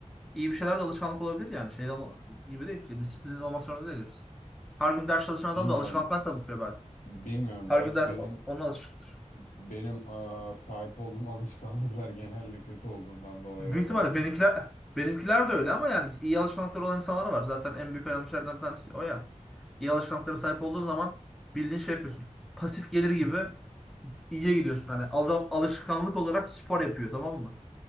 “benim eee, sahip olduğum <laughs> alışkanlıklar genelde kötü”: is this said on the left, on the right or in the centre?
Left